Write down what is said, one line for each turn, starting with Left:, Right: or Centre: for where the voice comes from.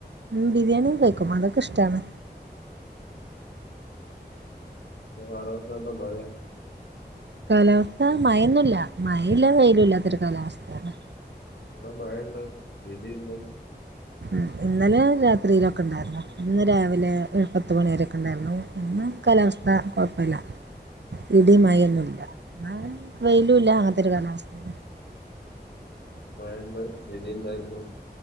Right: ഉം ബിരിയാണിയക്കെ വെക്കും അതൊക്കെ ഇഷ്ടാണ്
Left: ഉം ഇത് കാലാവസ്ഥ നല്ല മഴയാ
Right: കാലാവസ്ഥ മയൊന്നില്ല മഴയില്ല വെയിലും ഇല്ലാത്തൊരു കാലാവസ്ഥയാണ്
Left: ഇവിടെ മഴണ്ട് ഇടിയൂണ്ട്
Right: ഉം ഇന്നലെ രാത്രിയിലൊ ക്കൊണ്ടാര്ന്നു ഇന്ന് രാവിലെ പത്തു മണി വരൊക്കെ ഉണ്ടായിരുന്നു ഇന്ന് കാലാവസ്ഥ കുഴപ്പമില്ല ഇടി മയൊന്നുല്ല എന്ന വെയിലൂല്ല അങ്ങനത്തൊരു കാലാവസ്ഥയാ
Left: അത് മഴണ്ട് ഇടിയുണ്ടായിരുന്നു